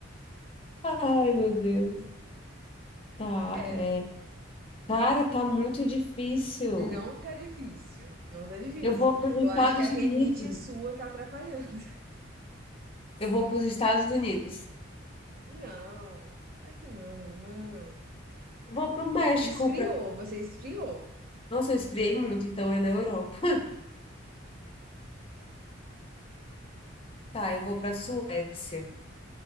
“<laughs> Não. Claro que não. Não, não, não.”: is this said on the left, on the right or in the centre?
Right